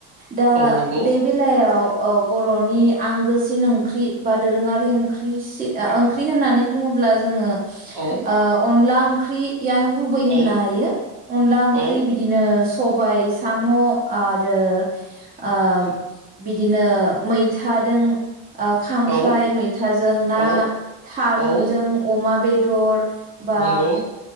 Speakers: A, on the right (about 20°); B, on the right (about 50°).
A: दा
B: औ नंगौ
A: बे बेलायाव अ बर'नि आंगोसिन ओंख्रि बा दोरोङारि ओंख्रिसि ओ ओंख्रि होननानै बुङोब्ला जोङो ओ
B: औ
A: अनला ओं ख्रि यानो गुबै होननो
B: औ
A: हायो अनला ओंख्रि
B: औ
A: बिदिनो सबाइस साम' आरो ओ बिदिनो मैथादों ओ खांख्राइ
B: औ
A: मैथाजों ना
B: औ
A: थारुनजों
B: औ
A: अमा बेदर बा
B: नंगौ